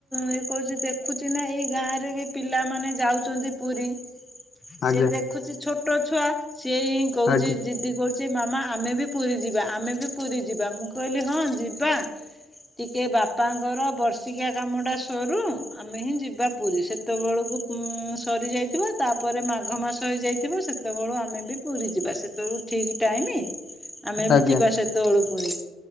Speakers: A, in the centre; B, on the left.
A: ଇଏ କରୁଛି ଦେଖୁଛି ନାଁ ଏଇ ଗାଁରେ ବି ପିଲାମାନେ ଯାଉଚନ୍ତି ପୁରୀ ସେ
B: ଆଜ୍ଞା
A: ଦେଖୁଛି ଛୋଟ ଛୁଆ, ସିଏ ହିଁ କହୁଛି
B: ଆଜ୍ଞା
A: ଜିଦି କରୁ ଚି ମାମା ଆମେ ବି ପୁରୀ ଯିବା, ଆମେ ବି ପୁରୀ ଯିବା, ମୁଁ କହିଲି ହଁ ଯିବା। ଟିକେ ବାପାଙ୍କର ବର୍ଷିକିଆ କାମ ଟା ସରୁ ଆମେ ହିଁ ଯିବା ପୁରୀ ସେତେବେଳକୁ ଉଁ। ସରିଯାଇଥିବ ତାପରେ ମାଘ ମାସ ହେଇଯାଇଥିବ ସେତେବେଳୁ ଆମେ ବି ପୁରୀ ଯିବା ସେତେବେଳୁ ଠିକି ଟାଇମି ଆମେବି
B: ଆଜ୍ଞା
A: ଯିବା ସେତବେଳୁ ପୁରୀ।